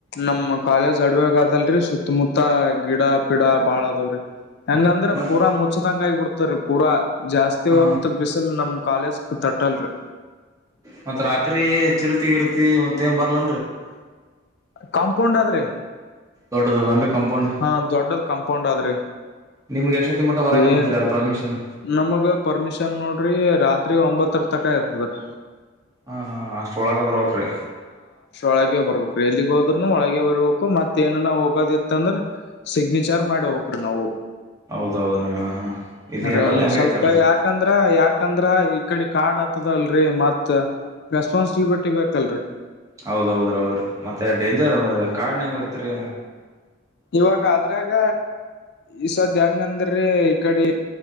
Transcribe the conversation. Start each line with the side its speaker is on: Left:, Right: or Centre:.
Left: ನಮ್ ಕಾಲೇಜ್ ಅಡವಿಯಗದಲ್ರಿ ಸುತ್ತಮುತ್ತ ಗಿಡ ಪಿಡ ಬಾಳ ಅದಾವ್ರರಿ ಹೆಂಗಂದ್ರ
Right: ಮತ್
Left: ಪೂರ ಮುಚ್ಚದಂಗ ಆಗ ಬಿಡ್ತ ಮಾತಾರಿ ಪೂರ ಜಾಸ್ತಿ
Right: ಹ
Left: ಹೊತ್ತು ಬಿಸಿಲು ನಮ್ಮ ಕಾಲೇಜ್ ತಟ್ಟ ಟಲ್ ರೀ
Right: ಮತ್ತ ರಾತ್ರಿ ಚಿರುತಿ ಗಿರ್ತಿ ಮತ್ತ ಏನ್ ಬರ್ಲ
Left: ಕಾಂಪೌಂಡ್ ಆದ್ರಿ
Right: ದೊಡ್ಡದದನ್ರಿ ಕಂಪೌಂಡ್
Left: ಹ ದೊಡ್ಡದ ಕಾಂಪೌಂಡ್ ಆದ್ರಿ
Right: ನಿಮ್ಗೆ ಎಷ್ಟೊತ್ತಿ ಮಟ್ಟ ಹೊರಗ ಇರ್ತದ್ರಿ
Left: ಏನ್
Right: ಅದ ಪರ್ಮಿಷನ್
Left: ನಮಗ ಪರ್ಮಿಷನ್ ನೋ ರಿ ರಾತ್ರಿ ಒಂಬತ್ತರ ತಕ ಇರ್ತದೀ
Right: ಹಾ ಹಾ ಅಷ್ಟ ಒಳಗ ಬರಬೇಕ್ರಿ
Left: ಒಳಗ ಬರ್ಬೇಕ್ರೀ ಎಲ್ಲಿಗ್ ಹೋದ್ರುನು ಒಳಗೆ ಬರ್ಬೇಕಕ್ ಮತ್ಏನ ನ ಹೋಗೋದಿತ್ತ ಅಂದ್ರ ಸಿಗ್ನೇಚರ್ ಮಾಡಿ ಹೋಗಬೇಕ್ ನಾವು
Right: ಹೌದೌದ್ರೀ ಹಾ ಹಾಂ ಇಲ್ಲಿ
Left: ಅ
Right: ಎಲ್ಲಲ್ಲಿ ಹಂಗ
Left: ಸ್ವಲ್ಪ
Right: ಐತಾಳ್ರಿ
Left: ಯಾಕಂದ್ರ ಯಾಕ ಯಾಕಂದ್ರ ಈ ಕಡೆ ಕಾರ್ಡ್ ಆತದಲ್ರರಿ ಮತ್ ರೆಸ್ಪಾನ್ಸಿಬಲಿಟಿ ಬೇಕಲ್ರರಿ
Right: ಹೌದ್ದ್ರ ಹೌದ್ರೀ ಮತ್ತೆ ಡೇಂಜರ್ ಕಾಡ್ ಹೆಂಗ್ ಬರ್ತರಿ
Left: ಇವಾಗ ಅದ್ರಾಗ ಈಸದ ಹೆಂಗ ಅಂದ್ರಿ ಈಕಡಿ